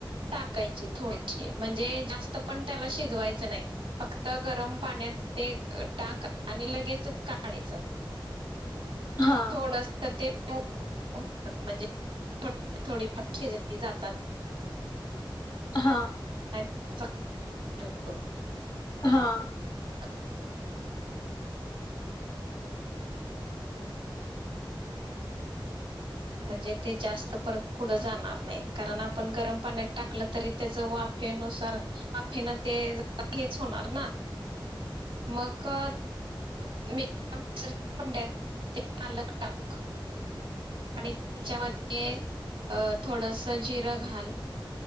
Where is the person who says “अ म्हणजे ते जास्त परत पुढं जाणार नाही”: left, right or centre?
Right